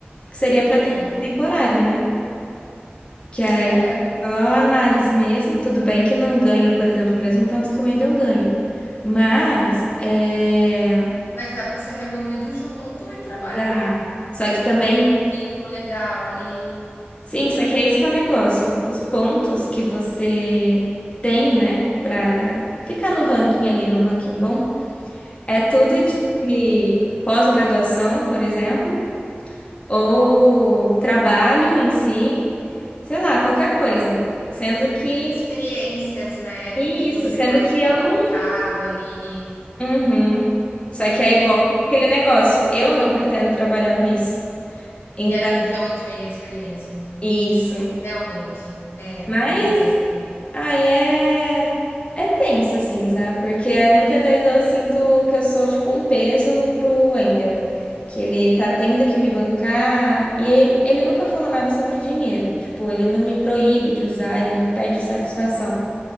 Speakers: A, on the left; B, on the left.
A: que seria para
B: hum,
A: ter temporário, né? Que aí
B: é,
A: é só análise mesmo. Tudo bem que não ganha, por exemplo, o mesmo tanto que o Wendel ganha. Mas é.
B: mas dá para ser removido junto e trabalhar.
A: Dá. Só que também.
B: Dão um currículo legal ali,
A: Sim, só que é esse que é o negócio. Os pontos que você tem, né? Pra ficar no ranking ali, no ranking bom, é tudo de pós-graduação, por exemplo, ou trabalho em si, sei lá, qualquer coisa. Sendo que.
B: experiências, né,
A: Isso,
B: que você
A: sendo
B: pode
A: que eu
B: ter colocado
A: não
B: ali.
A: Uhum. Só que aí volta aquele negócio. Eu não pretendo trabalhar com isso. Então,
B: E aí, de onde vem a experiência?
A: isso.
B: Realmente, é,
A: Mas
B: entendo.
A: aí é. É tenso, assim, sabe? Porque eh, muitas vezes eu sinto que eu sou, tipo, um peso pro Wendel. Que ele tá tendo que me bancar. E ele, ele nunca falou nada sobre dinheiro. Tipo, ele não me proíbe de usar, ele não pede satisfação.